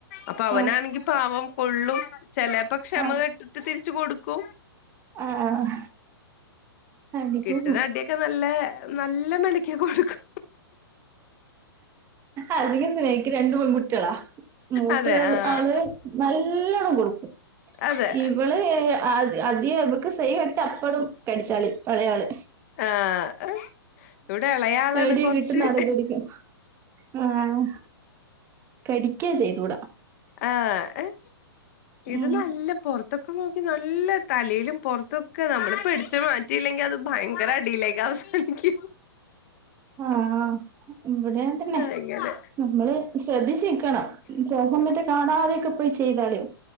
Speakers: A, on the left; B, on the right.
A: അപ്പൊ അവനാണെങ്കി
B: ആഹ്
A: പാവം കൊള്ളും ചേലേപ്പോ ക്ഷമ
B: ആഹ്
A: കെട്ടിട്ട് തിരിച്ച് കൊടുക്കും
B: ആഹ് അടിക്കും
A: കിട്ടുന്ന അടിയൊക്കെ നല്ലേ നല്ല മെനക്കെ കൊടുക്കു
B: അതിനെന്താ എനിക്ക് രണ്ട് പെൺകുട്ടിയളാ മൂത്ത
A: അതെ ആഹ്
B: ആള് നല്ലോണം കൊടുക്കും
A: അതെ
B: ഇവള് യായാ അ അധി അധികം ഇവക്ക് സഹി കെട്ടാ അപ്പഴും കടിച്ചാല് എളേയാള്
A: ആഹ് ഇവിടെ എളയാളാണ്
B: പേടിയാ
A: കൊറച്ച്
B: കിട്ടുന്ന ആളെ കടിക്കും ആഹ് കടിക്കാ ചെയ്തൂടാ
A: ആഹ് ഇത്
B: ഉം
A: നല്ല പൊറത്തൊക്കെ നോക്കി നല്ല തലയിലും പൊറത്തൊക്കെ നമ്മള് പിടിച്ചു മാറ്റിയില്ലെങ്കിൽ അത് ഭയങ്കര അടിയിലേക്ക് അവസാനി ക്കും
B: ആഹ് ഇവിടെ തന്നെ
A: അങ്ങനെ
B: നമ്മള് ശ്രദ്ധിച്ചു നിക്കണം ചെല സമയത്ത് കാണാതെയൊക്കെ പോയി ചെയ്ത് കളയും